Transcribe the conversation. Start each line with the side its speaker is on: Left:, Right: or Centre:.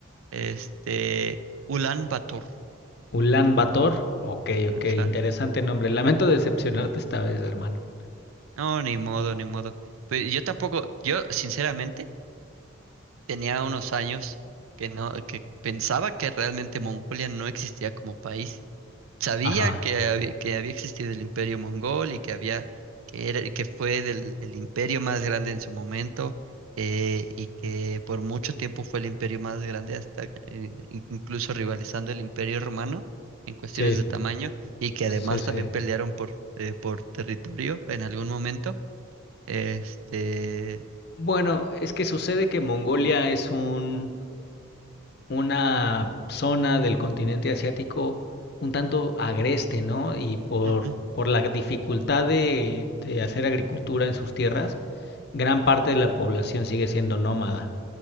Right: este Ulan Bator.
Left: Ulan Bator. Ok, ok,
Right: Ajá.
Left: interesante nombre. Lamento decepcionarte esta vez, hermano.
Right: No, ni modo, ni modo. Pero yo tampoco, yo sinceramente Tenía unos años que no, que pensaba que realmente Mongolia no existía como país. Sabía
Left: Ajá,
Right: que había, que había existido el Imperio Mongol y que había, que era, que fue del, el imperio más grande en su momento, eh, y que por mucho tiempo fue el imperio más grande, hasta eh, in- incluso rivalizando el Imperio Romano en cuestiones
Left: sí,
Right: de tamaño, y que además
Left: sí, sí.
Right: también pelearon por, eh, por territorio en algún momento. Este,
Left: Bueno, es que sucede que Mongolia es un, una zona del continente asiático un tanto agreste, ¿no? Y por,
Right: ujú,
Left: por la dificultad de, de hacer agricultura en sus tierras, gran parte de la población sigue siendo nómada